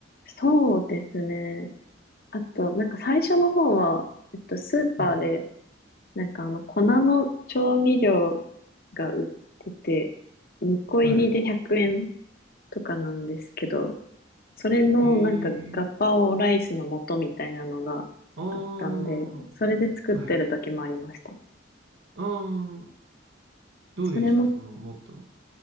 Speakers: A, on the left; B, on the right.
A: す。そうですね。あと、なんか最初の方は、えっと、スーパーで、
B: はい。
A: なんかあの、粉の調味料が売ってて、2個入りで100円
B: はい。
A: とかなんですけど、それのなんかガパオライスの素みたいなのがあったんで、
B: えーああ、
A: それで作ってる時もありました。
B: はい。ああ、どうでしたそのもっと。
A: それも、